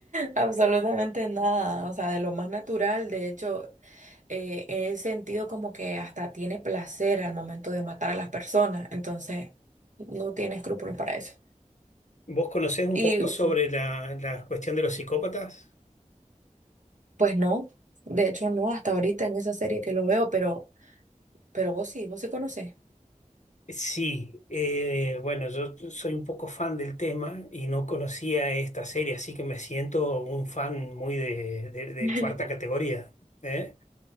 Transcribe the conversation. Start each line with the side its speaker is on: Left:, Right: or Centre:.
Right: absolutamente nada, o sea, de lo más natural, de hecho, eh, en el sentido como que hasta tiene placer al momento de matar a las personas, entonces no tiene escrúpulos para eso.
Left: ¿Vos conocés un
Right: Y
Left: poco sobre la, la cuestión de los psicópatas?
Right: pues no, de hecho no, hasta ahorita en esa serie que lo veo, pero, pero vos sí, vos sí conocés.
Left: Sí, eh, bueno, yo t- soy un poco fan del tema y no conocía esta serie, así que me siento un fan muy de, de- de
Right: <laughs>
Left: cuarta categoría, ¿eh?